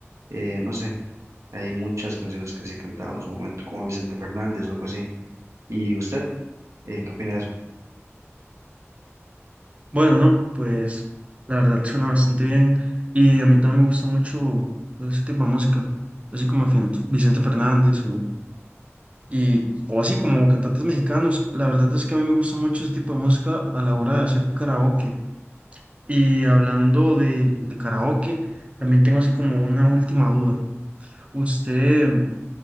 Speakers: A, on the right (about 85°); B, on the right (about 25°).
A: eh, no sé, hay muchas canciones que sí he cantado en su momento, como Vicente Fernández o algo así. ¿Y usted, eh, qué opina de eso?
B: Bueno, no, pues la verdad suena bastante bien y a mí también me gusta mucho ese tipo de música, así como Fin- Vicente Fernández o, y, o así como cantantes mexicanos. La verdad es que a mí me gusta mucho ese tipo de música a la hora de hacer karaoke. Y hablando de, de karaoke, también tengo así como una última duda. ¿Usted,